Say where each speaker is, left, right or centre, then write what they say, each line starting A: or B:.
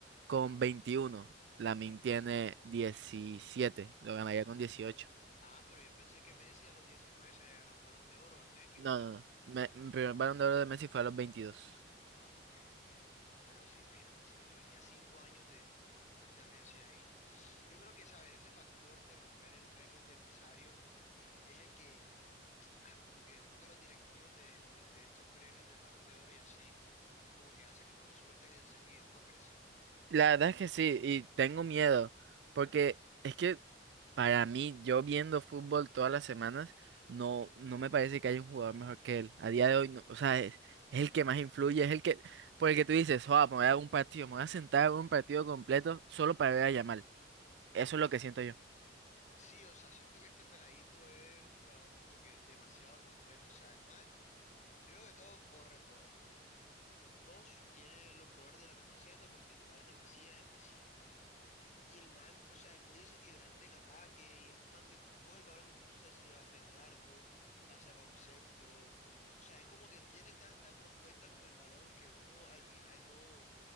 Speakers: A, on the right (about 65°); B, on the left (about 40°).
A: con 21. Lamin tiene 17, lo ganaría con 18.
B: Ah, pero yo pensé que Messi a los 19 se había ganado un Balón de Oro, estoy equivocado,
A: No, no, no.
B: ¿no?
A: Me- mi primer Balón de Oro de Messi fue a los 22.
B: Wow, ok, ok. Bueno, sí, imagínate, se llevaría cinco años de, por delante a Messi ahí. Yo creo que, ¿sabes? Ese factor de romper el récord de Nazario es el que <laughs> ah, como que de pronto a los directivos de, de- de estos premios del Balón de Oro y así, es como que hace que no lo suelten enseguida, ¿no crees?
A: La verdad es que sí, y tengo miedo, porque es que para mí, yo viendo fútbol todas las semanas, no, no me parece que haya un jugador mejor que él. A día de hoy, no, o sea, es, es el que más influye, es el que, por el que tú dices, oh, me voy a dar un partido, me voy a sentar a ver un partido completo solo para ver a Yamal. Eso es lo que siento yo.
B: Sí, o sea, siento que este peladito es un jugador como que demasiado completo. O sea, el man, primero que todo, corre todas ya. Dos, tiene los colores de la camiseta porque está en la Masía desde siempre. Y el man, o sea, es muy desequilibrante en ataque y es un man que tú coges el balón y tú no sabes si le va a pegar al arco, va a sacar un centro. O sea, es como que tiene tanta propuesta con el balón que uno al final no,